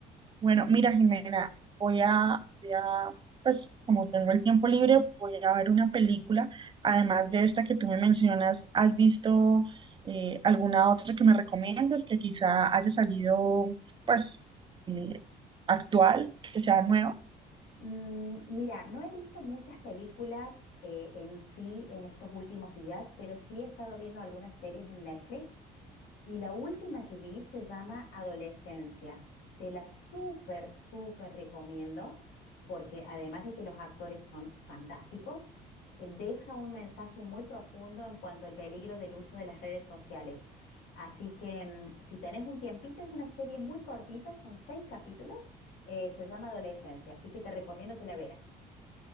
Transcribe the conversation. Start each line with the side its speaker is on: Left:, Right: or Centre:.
Right: Bueno,
Left: ¿Sí?
Right: mira, Jimena, voy a, voy a, pues como tengo el tiempo libre, voy a ver una película. Además de esta que tú me mencionas, ¿has visto eh, alguna otra que me recomiendes que quizá haya salido, pues, eh, actual, que sea nueva?
Left: Mm, mira, no he visto muchas películas eh, en sí en estos últimos días, pero sí he estado viendo algunas series en Netflix. Y la última que vi se llama Adolescencia. Te la súper, súper recomiendo porque además de que los actores son fantásticos, eh, deja un mensaje muy profundo en cuanto al peligro del uso de las redes sociales. Así que mm, si tenés un tiempito, es una serie muy cortita, son seis capítulos, eh, se llama Adolescencia, así que te recomiendo que la veas.